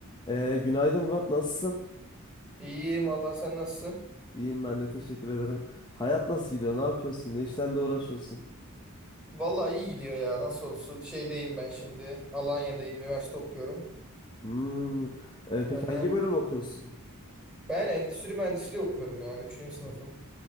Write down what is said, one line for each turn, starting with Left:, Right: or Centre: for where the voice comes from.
Left: Ee, günaydın Murat, nasılsın?
Centre: İyiyim valla sen nasılsın?
Left: İyiyim ben de teşekkür ederim. Hayat nasıl gidiyor? Ne yapıyorsun? Ne işlerle uğraşıyorsun?
Centre: Valla iyi gidiyor ya nasıl olsun. Şeydeyim ben şimdi Alanya'dayım üniversite okuyorum.
Left: Hmm. ee, peki
Centre: Hı hı.
Left: hangi bölüm okuyorsun?
Centre: Ben endüstri mühendisliği okuyorum ya üçüncü sınıfım.